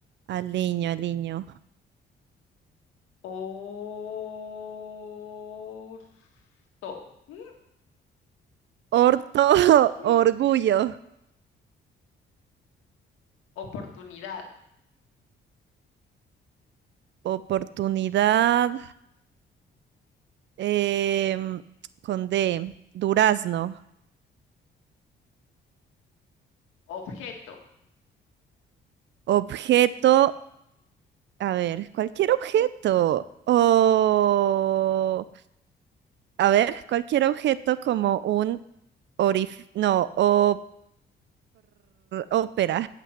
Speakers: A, on the right (about 65°); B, on the left (about 90°).
A: aliño, aliño.
B: orto, mm,
A: Orto,
B: mm,
A: <laughs> orgullo,
B: oportunidad,
A: oportunidad, em, con D, durazno,
B: objeto.
A: objeto, a ver, cualquier objeto, o, a ver, cualquier objeto como un orif, no, o, ópera,